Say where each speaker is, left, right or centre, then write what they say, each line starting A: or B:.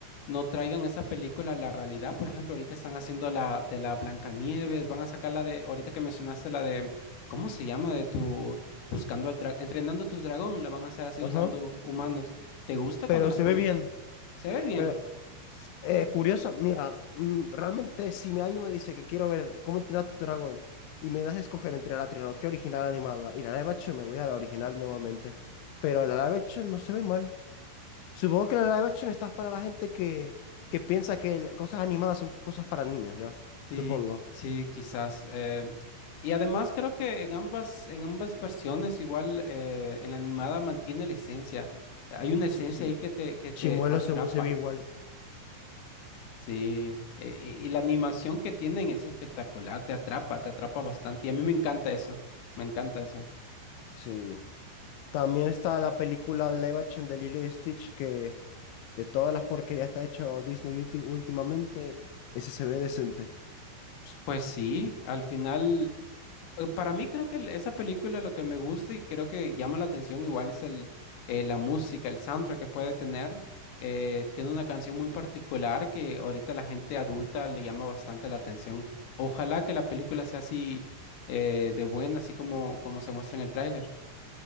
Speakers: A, on the left; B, on the left.
A: no traigan esa película a la realidad. Por ejemplo, ahorita están haciendo la de la Blancanieves, van a sacar la de, ahorita que mencionaste la de, ¿cómo se llama? De tu buscando al dragón, entrenando a tu dragón, la van a hacer así
B: Ajá,
A: usando humanos. ¿Te gusta
B: pero
A: cuando las
B: se
A: películas
B: ve bien.
A: se ve bien?
B: Pero eh, curiosa, mira, mm, realmente si me alguien me dice que quiero ver cómo entrenar a tu dragón y me das a escoger entre la trilogía original animada y la live action, me voy a la original nuevamente. Pero la live action no se ve mal. Supongo que la live action está para la gente que, que piensa que el- cosas animadas son cosas para niños, ¿ya?
A: Sí,
B: Supongo.
A: qui- sí, quizás. eh, y además creo que en ambas, en ambas versiones, igual eh, en la animada mantiene la esencia. Hay una
B: Sí,
A: esencia
B: sí.
A: ahí que te, que te
B: Chimuelo
A: atrapa.
B: se, se ve igual.
A: Sí, eh, y y la animación que tienen es espectacular, te atrapa, te atrapa bastante y a mí me encanta eso, me encanta eso.
B: Sí. También está la película de live action de Lilo y Stitch, que de todas las porquerías que ha hecho Disney ulti- últimamente, ese se ve decente.
A: Pues pues sí, al final, eh, para mí creo que el- esa película lo que me gusta y creo que llama la atención igual es el, eh, la música, el soundtrack que puede tener. Eh, tiene una canción muy particular que ahorita la gente adulta le llama bastante la atención. Ojalá que la película sea así eh, de buena, así como, como se muestra en el tráiler.